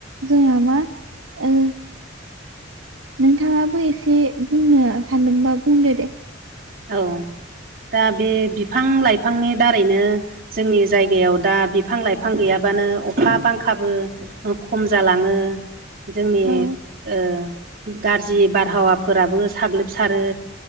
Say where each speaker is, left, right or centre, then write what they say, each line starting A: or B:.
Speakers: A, on the right (about 70°); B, on the right (about 45°).
A: जोंहा मा ओ नोंथाङाबो एसे बुंनो सानदोंबा बुंदो दे
B: औ दा बे बिफां लाइफांनि दारैनो जोंनि जायगायाव दा बिफां लाइफां गैयाबानो अखा बांखाबो खम जालाङो जोंनि
A: औ
B: ओ गाज्रि बारहावाफोराबो साग्लोबसारो